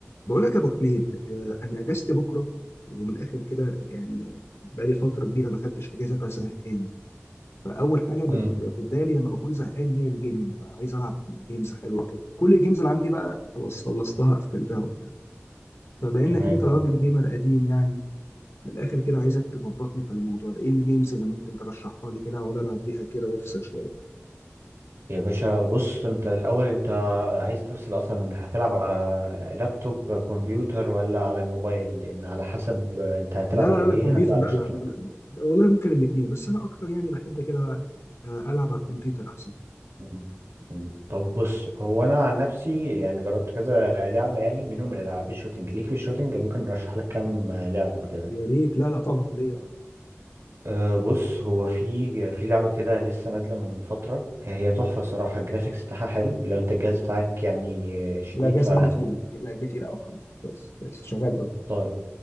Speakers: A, on the left (about 70°); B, on the right (about 70°).
A: بقول لك يا ابو حميد آه، انا اجازتي بكره ومن الاخر كده يعني بقالي فتره كبيره ما خدتش اجازه فزهقان فاول حاجه
B: امم
A: بت- في بالي لما بكون زهقان هي الجيمنج بقى عايز العب جيمز حلوه كده كل الجيمز اللي عندي بقى خلاص خلصتها قفلتها وبتاع فبانك
B: تمام
A: انت راجل
B: اه
A: جيمر قديم يعني من الاخر كده عايزك تظبطني في الموضوع ده ايه الجيمز اللي ممكن ترشحها لي كده اقعد العب بيها كده وافصل شويه
B: يا باشا بص انت الاول انت عايز تفصل اصلا هتلعب على لابتوب كمبيوتر ولا على موبايل لان على حسب انت هتلعب
A: لا
B: على
A: لا لا
B: ايه
A: كمبيوتر
B: هبدأ ارشح
A: لا لا, ما
B: لك
A: بل... والله ممكن الاثنين بس انا اكتر يعني بحب كده آه، العب على الكمبيوتر احسن
B: مم. مم. طب بص هو انا عن نفسي يعني جربت كذا لعبة يعني منهم الالعاب الشوتينج ليك في الشوتينج ممكن ارشح لك كام لعبة كده
A: يا ريت لا لا طبعا ليا اه
B: أه بص هو في في لعبة كده لسه نازلة من فترة هي تحفة الصراحة الجرافيكس بتاعها حلو لو انت الجهاز بتاعك يعني شديد
A: لا جاز
B: ف
A: عندي تقيل لا ده تقيل قوي الحمد لله كويس كويس شغال قوي
B: طيب